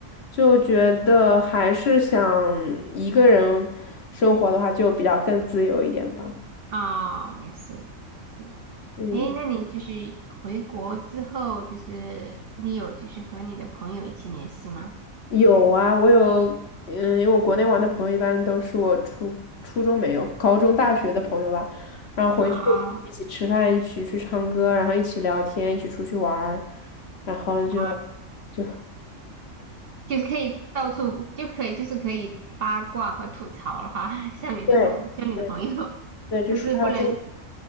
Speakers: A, on the left; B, on the right.
A: 就觉得还是想一个人生活的话，就比较更自由一点吧。
B: 啊，也是，是的。
A: 嗯。
B: 诶，那你就是回国之后，就是你有就是和你的朋友一起联系吗？
A: 有啊，我有，嗯，因为我国内玩的朋友一般都是我初初中没有，高中、大学的朋友吧，然后回去一起吃饭，
B: 啊
A: 一起去唱歌，然后一起聊天，一起出去玩儿然后就
B: 哇，
A: 就
B: 就是可以到处就可以就是可以八卦和吐槽了哈，<laughs> 像你的同像你的朋友，
A: 对对
B: <laughs>
A: 对，就说一下这
B: 但是不能